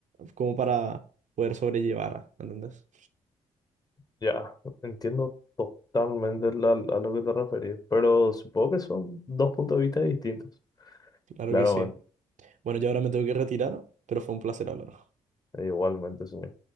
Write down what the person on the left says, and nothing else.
Ya, entiendo totalmente la- a lo que te referís, pero supongo que son dos puntos de vista distintos.
Claramente,
e igualmente, señor